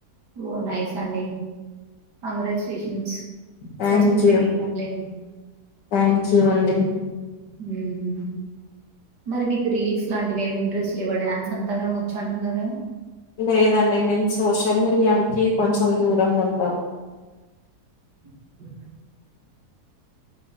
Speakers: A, on the right (about 80°); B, on the left (about 85°).
A: ఓ నైస్ అండి congratulations
B: thank
A: such a great
B: you
A: talent
B: thank you అండి
A: మ్ మరి మీకు రీల్స్ లాంటివి ఏమి రీల్స్ లేవా డాన్స్ అంతాగానం వచ్చంటున్నారు గదా
B: లేదండి నేను సోషల్ మీడియాకి కొంచెం దూరంగా ఉంటా
A: <inaudible>